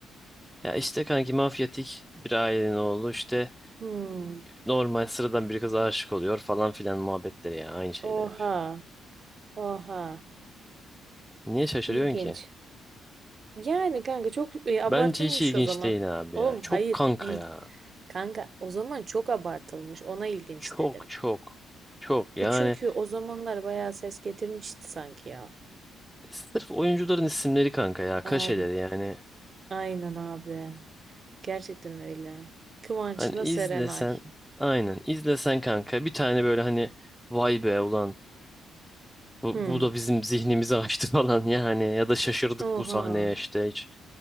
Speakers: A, in the centre; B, on the right (about 40°).
A: Ya işte kanki mafyatik bir ailenin oğlu işte
B: Hmm.
A: normal sıradan bir kıza aşık oluyor falan filan muhabbetleri ya aynı şeyler
B: Oha,
A: hep.
B: oha,
A: Niye şaşırıyorsun
B: ilginç.
A: ki?
B: Yani kanka çok e, abartılmış
A: Bence hiç ilginç
B: o zaman.
A: değil abi
B: Oğlum
A: ya. Çok
B: hayır,
A: kanka
B: il
A: ya.
B: kanka o zaman çok abartılmış. Ona ilginç
A: Çok
B: dedim.
A: çok. Çok yani
B: Bu çünkü o zamanlar bayağı ses getirmişti sanki ya.
A: sırf oyuncuların isimleri kanka ya kaşeleri
B: Abi
A: yani
B: Aynen abi. Gerçekten öyle. Kıvanç'la
A: Hani izlesen
B: Serenay.
A: aynen izlesen kanka bir tane böyle hani vay be ulan bu,
B: Hmm.
A: bu da bizim zihnimizi açtı <laughs> falan yani ya da şaşırdık
B: Oha.
A: bu sahneye işte hiç